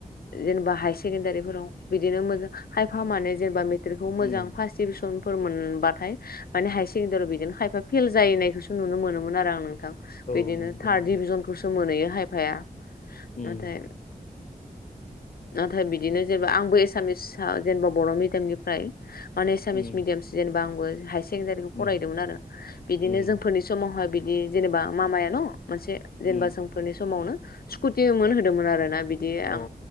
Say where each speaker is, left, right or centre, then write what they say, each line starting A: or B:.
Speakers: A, on the left (about 80°); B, on the left (about 55°).
A: जेनेबा हायार सेकेणडारिफोराव बिदिनो मोजां हाइफा मानो जेनेबा मेट्रिकखौ मोजां
B: उम
A: फास टिउसनफोर मोनबाथाय माने हायार सेकेण्डारियाव बिदिनो खायफा फेल जायनायखौसो नुनो मोनोमोन आरो आं नोंथां
B: औ
A: बिदिनो
B: नंगौ
A: थार्द
B: नोंथां
A: डिभिजनखौसो मोनहैयो हायफाया
B: उम
A: नाथाय नाथाय बिदिनो जेनेबा आंबो एसामिसआ जेनेबा बर' मिडियामनिफ्राय माने एसामिस
B: उम
A: मिडियामसो जेनेबा आंबो हायार सेकेण्डारिखौ फरायदोंमोन
B: उम
A: आरो बिदिनो
B: उम
A: जोंफोरनि समावहाय बिदि जेनेबा मामाय न' मोनसे जेनेबा
B: उम
A: जोंफोरनि समावनो स्कुटि मोनहो होदोंमोन आरोना बिदि आं
B: औ